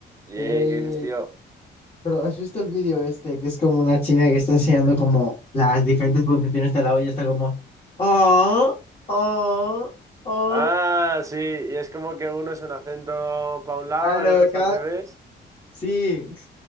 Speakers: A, on the right; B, on the left.
A: Y
B: Eh,
A: ¿qué dices, tío?
B: pero ¿has visto el vídeo este? Que es como una china que está enseñando como las diferentes pronunciaciones de la O y está como... Oh, oh, oh.
A: Ah, sí, y es como que uno es un acento para un lado,
B: Claro,
A: el otro es
B: cada...
A: al revés.
B: Sí.